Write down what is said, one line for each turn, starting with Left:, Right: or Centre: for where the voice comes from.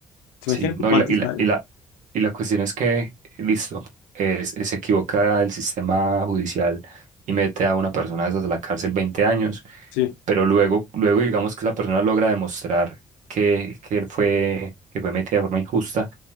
Left: ¿Se
Right: Sí,
Left: imagínate
Right: no,
Left: cuántos
Right: y la, y la,
Left: hay?
Right: y la, y la cuestión es que, listo, es- es- se equivoca el sistema judicial y mete a una persona de esas a la cárcel 20 años,
Left: Sí.
Right: pero luego, luego digamos que la persona logra demostrar que, que él fue, que fue metida de forma injusta,